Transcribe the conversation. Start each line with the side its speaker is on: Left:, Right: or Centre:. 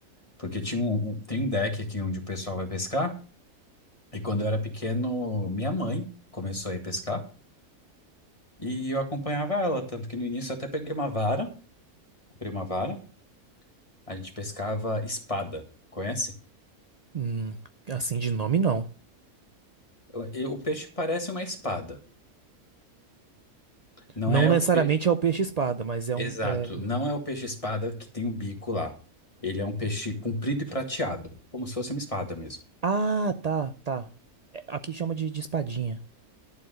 Left: Porque tinha um, um- tem um deck aqui onde o pessoal vai pescar. E quando eu era pequeno, minha mãe começou a ir pescar e eu acompanhava ela, tanto que no início eu até peguei uma vara, comprei uma vara, a gente pescava espada, conhece?
Right: Hum, assim de nome, não.
Left: Eu- eu- O peixe parece uma espada, não
Right: Não
Left: é
Right: necessariamente
Left: o peixe,
Right: é o peixe-espada, mas é
Left: exato,
Right: um. é
Left: não é o peixe espada que tem o bico lá. Ele é um peixe comprido e prateado, como se fosse uma espada mesmo.
Right: Ah, tá, tá. É, Aqui chama de, de espadinha.